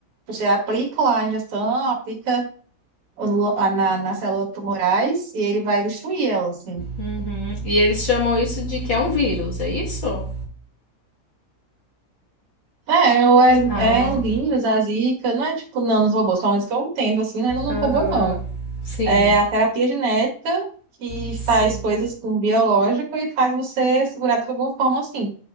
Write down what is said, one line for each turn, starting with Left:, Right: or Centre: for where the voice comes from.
Right: Você aplica lá a injeção, aplica o- a- na, nas células tumorais e ele vai destruir elas, assim.
Left: Uhum. E eles chamam isso de que é um vírus, é isso?
Right: É, eu, é,
Left: Ah,
Right: é o vírus, a zika, não é tipo nanos robôs, pelo menos que eu entendo, assim, né, não é nano
Left: aham.
Right: robô, não.
Left: Sim,
Right: É a terapia genética, que
Left: sim.
Right: faz coisas com o biológico e faz você segurar de alguma forma assim.